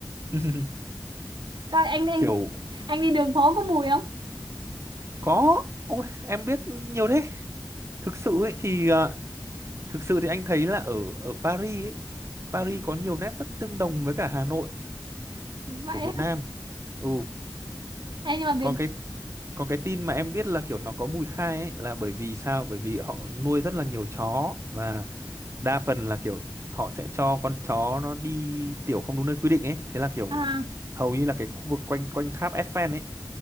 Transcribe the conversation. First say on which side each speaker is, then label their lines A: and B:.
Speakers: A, on the right; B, on the right.
A: <laughs>
B: coi anh, anh
A: Kiểu
B: anh đi đường phố có mùi không
A: có ôi em biết nhiều thế. Thực sự ấy thì ờ, thực sự thì anh thấy là ở ở Paris ấy Paris có nhiều nét rất tương đồng với cả Hà Nội
B: vậy
A: của Việt
B: hả?
A: Nam. Ừ,
B: ê nhưng mà Việt
A: còn cái còn cái tin mà em biết là kiểu nó có mùi khai ấy là bởi vì sao? Bởi vì họ nuôi rất là nhiều chó và đa phần là kiểu họ sẽ cho con chó nó đi tiểu không đúng nơi quy định ấy. Thế là kiểu
B: à,
A: hầu như là cái khu vực quanh quanh tháp Eiffel ấy